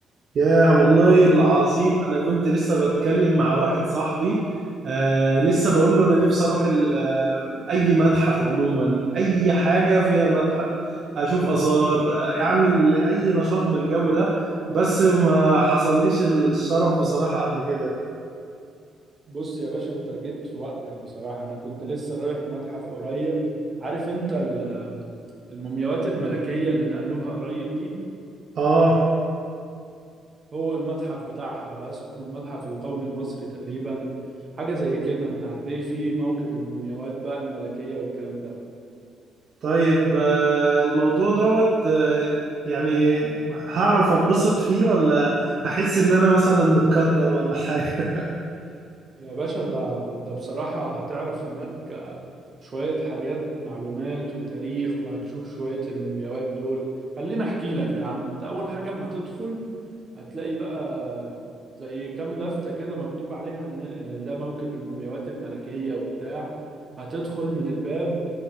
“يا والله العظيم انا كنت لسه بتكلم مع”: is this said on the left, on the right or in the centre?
Right